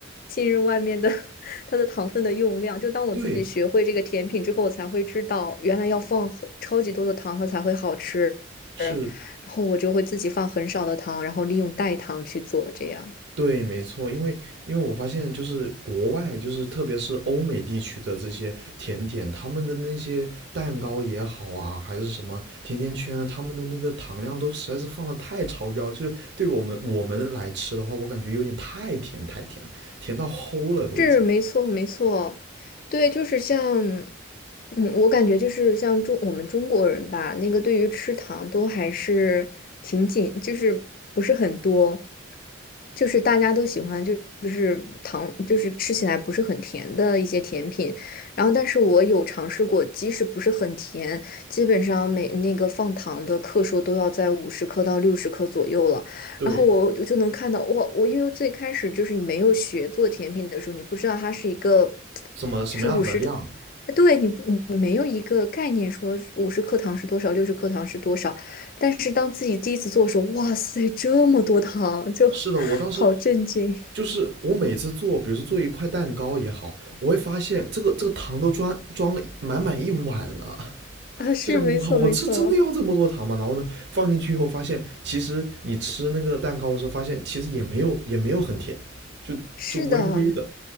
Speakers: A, on the left (about 45°); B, on the right (about 55°).
A: 信任外面的 <laughs> 它的糖分的用量。就当我自己学会这个甜品之后，
B: 对，
A: 我才会知道原来要放很超级多的糖它才会好吃，
B: 是，
A: 然后我就会自己放很少的糖，然后利用代糖去做这样。
B: 对，没错，因为因为我发现就是国外，就是特别是欧美地区的这些甜点，他们的那些蛋糕也好啊，还是什么甜甜圈啊他们的那个糖量都实在是放的太超标，就是对我们我们来吃的话，我感觉有点太甜太甜了，甜到齁了都已经。
A: 是没错，没错，对，就是像，嗯，我感觉就是像中我们中国人吧，那个对于吃糖都还是挺紧，就是不是很多。就是大家都喜欢，就就是糖，就是吃起来不是很甜的一些甜品。然后，但是我有尝试过，即使不是很甜，基本上每那个放糖的克数都要在五十克到六十克左右了。
B: 对，
A: 然后我我就能看到，哇，我因为最开始就是你没有学做甜品的时候，你不知道它是一个，
B: 什么什么样子的量？
A: 就是五十。对，你不，你没有一个概念说五十克糖是多少，六十克糖是多少，但是当自己第一次做的时候，哇塞，这么多糖，就
B: 是的，我当时
A: 好震惊
B: 就是我每次做，比如说做一块蛋糕也好，我会发现这个这个糖都装装了满满一碗了。
A: 啊！是，
B: 就想我靠，
A: 没错，
B: 我这真的要这么多糖吗？
A: 没错，
B: 然后呢，放进去以后发现，其实你吃那个蛋糕的时候，发现其实也没有也没有很甜，就就微微的。
A: 是的，